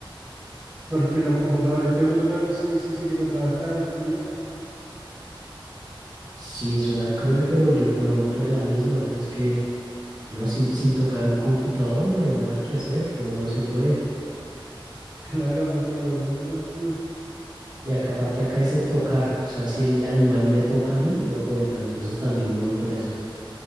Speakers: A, on the right (about 20°); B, on the right (about 50°).
A: Porque los computadores tengo que tocarlos sí o sí si quiero trabajar o estudiar. <laughs>
B: Sí, suena cruel, pero yo me voy por la misma. Es que No, sin, sin tocar un computador no hay nada que hacer, no, no se puede.
A: Claro, concuerdo totalmente contigo.
B: Y acá aparte acá dice tocar, o sea, si el animal me toca a mí, no cuenta, entonces también me voy por esa.